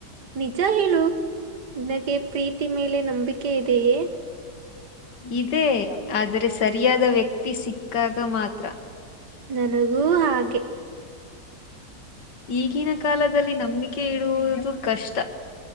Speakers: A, on the right; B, on the left.
A: ನಿಜ ಹೇಳು ನಿನ್ನಕ್ಕೆ ಪ್ರೀತಿ ಮೇಲೆ ನಂಬಿಕೆ ಇದೆಯೇ
B: ಇದೇ ಆದರೆ ಸರಿಯಾದ ವ್ಯಕ್ತಿ ಸಿಕ್ಕಾಗ ಮಾತ್ರ
A: ನನಗೂ ಹಾಗೆ
B: ಈಗಿನ ಕಾಲದಲ್ಲಿ ನಂಬಿಕೆ ಇಡುವುದು ಕಷ್ಟ